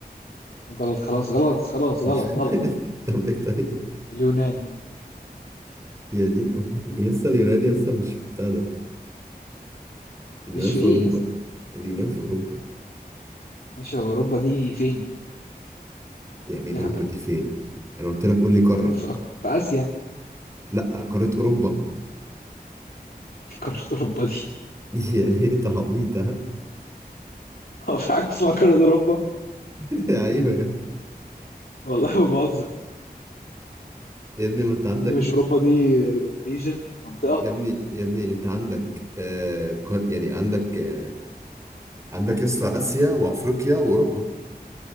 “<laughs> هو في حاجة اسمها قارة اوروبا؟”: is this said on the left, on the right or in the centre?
Left